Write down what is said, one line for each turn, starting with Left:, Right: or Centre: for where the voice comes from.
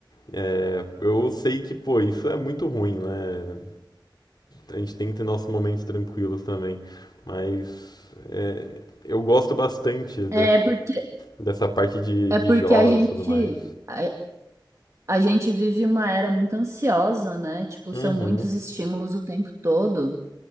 Left: é, eu sei que, pô, isso é muito ruim, né? A gente tem que ter nossos momentos tranquilos também, mas é, eu gosto bastante
Right: É porque
Left: Dessa parte de,
Right: É
Left: de
Right: porque
Left: jogos
Right: a gente
Left: e tudo mais.
Right: a, a gente vive uma era muito ansiosa, né? Tipo,
Left: Uhum,
Right: são muitos estímulos o tempo todo.